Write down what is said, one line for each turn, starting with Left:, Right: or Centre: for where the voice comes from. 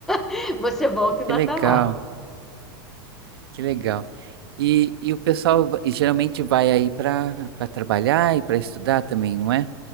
Centre: <laughs> Você volta e ainda
Right: Que legal,
Centre: está lá.
Right: que legal. E, e o pessoal va- e geralmente vai aí para para trabalhar e para estudar também, não é?